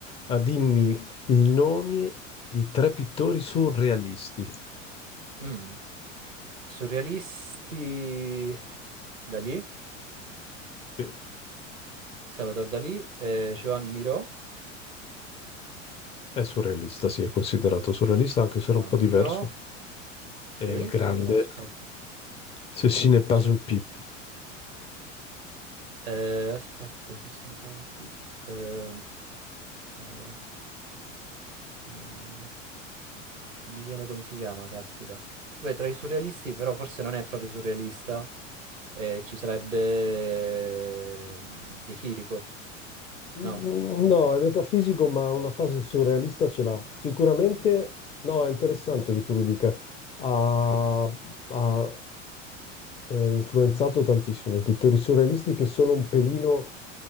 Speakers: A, on the left; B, on the right.
A: Ah, dimmi i nomi di tre pittori surrealisti.
B: Mm. Surrealisti Dalì,
A: Sì,
B: Salvador Dalì, eh, Joan Miró
A: È surrealista, sì, è considerato surrealista, anche se era
B: Vampiro.
A: un po' diverso.
B: Sì,
A: È il
B: eh,
A: grande
B: aspetta.
A: Ceci n'est pas
B: Cer-
A: une pipe.
B: eh, aspetta, se si vampi- ehm, cavolo. Mi... non mi viene come si chiama, caspita. Vabbè, tra i surrealisti, però forse non è proprio surrealista. eh, ci sarebbe eh, De Chirico,
A: Mm,
B: no?
A: No, è metafisico, ma una fase surrealista ce l'ha. Sicuramente, no, è interessante che tu lo dica. Ha, ha, eh, influenzato tantissimo i pittori surrealisti che sono un pelino